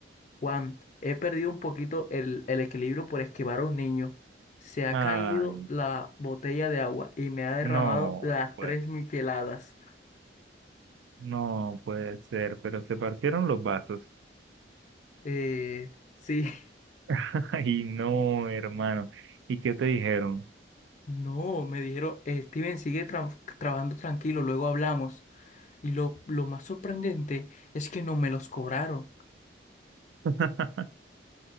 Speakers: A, on the left; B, on the right.
A: Juan, he perdido un poquito el, el equilibrio por esquivar a un niño. Se ha
B: Ay,
A: caído la botella de agua y me ha derramado
B: no,
A: las
B: pues.
A: tres micheladas.
B: No puede ser, pero se partieron los vasos.
A: Eh, sí. <laughs>
B: <laughs> Ay, no, hermano. ¿Y qué te dijeron?
A: No, me dijeron, "Eh, Steven, sigue tra- trabajando tranquilo, luego hablamos. Y lo, lo más sorprendente es que no me los cobraron.
B: <laughs>